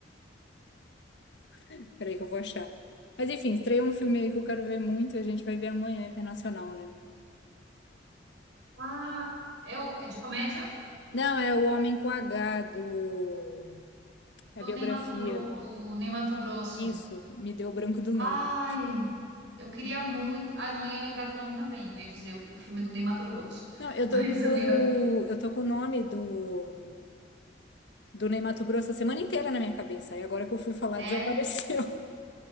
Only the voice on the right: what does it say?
Ah, é, o- é de comédia?
Do
Ney Mato Gro- do Ney Mato Grosso.
Ai, eu queria muito. Ah, eu não ia lembrar do nome também. Eu ia dizer o o filme do Ney Mato Grosso.
<laughs>
Mas
eu
não ia.
É.